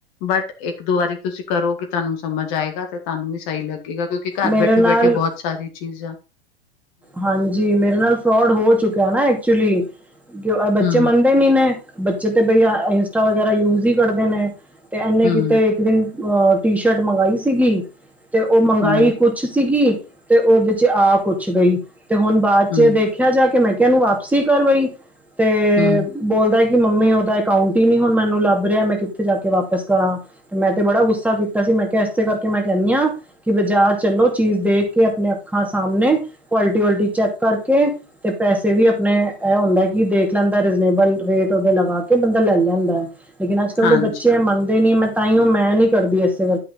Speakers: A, on the left; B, in the centre.
A: ਬਟ ਇੱਕ ਦੋ ਵਾਰੀ ਤੁਸੀਂ ਕਰੋਗੇ, ਤੁਹਾਨੂੰ ਸਮਝ ਆਏਗਾ ਤੇ ਤੁਹਾਨੂੰ ਵੀ ਸਹੀ। ਲੱਗੇ ਗਾ ਕਿਉਂਕਿ ਘਰ
B: ਮੇਰੇ
A: ਬੈਠੇ
B: ਨਾਲ
A: -ਬੈਠੇ ਬਹੁਤ ਸਾਰੀਆਂ ਚੀਜ਼ਾਂ ਆ।
B: ਹਾਂਜੀ, ਮੇਰੇ ਨਾਲ ਫਰੋਡ ਹੋ ਚੁੱਕਿਆ ਨਾ ਐਕਚੁਲੀ ਬੱਚੇ
A: ਹਮ
B: ਮੰਨਦੇ ਨੀ। ਆਪਣੇ ਬੱਚੇ ਤੇ ਬਈ ਅਹ ਇੰਸਟਾ ਵਗੈਰਾ ਯੂਜ ਹੀ ਕਰਦੇ ਨੇ, ਤੇ ਇਨੇ
A: ਹਮ
B: ਕਿਤੇ ਇੱਕ ਦਿਨ। ਅਹ ਟੀ ਸ਼ਰਟ, ਮੰਗਾਈ ਸੀਗੀ ਤੇ ਉਹ ਮੰਗਾਈ
A: ਹੂੰ,
B: ਕੁਛ ਸੀਗੀ ਤੇ ਉਹਦੇ 'ਚ ਆ ਕੁਛ ਗਈ, ਤੇ ਹੁਣ ਬਾਅਦ
A: ਹੂੰ,
B: 'ਚ ਦੇਖਿਆ ਜਾ ਕੇ ਮੈਂ। ਮੈਂ ਕਿਹਾ, ਇਹਨੂੰ ਵਾਪਸੀ ਕਰ ਬਈ ਤੇ
A: ਹੂੰ,
B: ਬੋਲਦਾ। ਨਹੀਂ ਮੰਮੀ, ਉਹਦਾ ਅਕਾਊਂਟ ਹੀ ਨੀ ਹੁਣ ਮੈਨੂੰ ਲੱਭ ਰਿਹਾ ਮੈਂ ਕਿੱਥੇ ਜਾ ਕੇ ਵਾਪਿਸ ਕਰਾਂ, ਤੇ ਮੈਂ ਤੇ ਬੜਾ ਗੁੱਸਾ ਕੀਤਾ ਸੀ। ਮੈਂ ਕਿਹਾ, ਇਸੇ ਕਰਕੇ ਮੈਂ ਕਹਿੰਦੀ ਹਾਂ, ਕਿ ਬਾਜ਼ਾਰ ਚਲੋ ਚੀਜ਼ ਦੇਖ ਕੇ ਆਪਣੇ ਅੱਖਾਂ ਸਾਹਮਣੇ। ਕੁਆਲਟੀ, ਆਲਟੀ ਚੈੱਕ ਕਰਕੇ ਤੇ ਪੈਸੇ ਵੀ ਆਪਣੇ ਇਹ ਹੁੰਦਾ। ਕੀ ਦੇਖ ਲੈਂਦਾ, ਰੀਜਨੇਬਲ ਰੇਟ ਉਹਦੇ ਲਗਾ ਕੇ ਬੰਦਾ ਲੈ ਲੈਂਦਾ ਹੈ। ਲੇਕਿਨ ਅੱਜ ਕੱਲ੍ਹ
A: ਹਾਂਜੀ।
B: ਦੇ ਬੱਚੇ ਮੰਨਦੇ ਨੀ, ਮੈਂ ਤਾਂ ਹੀ ਉਹ ਮੈਂ ਨਹੀਂ ਕਰਦੀ ਇਸ।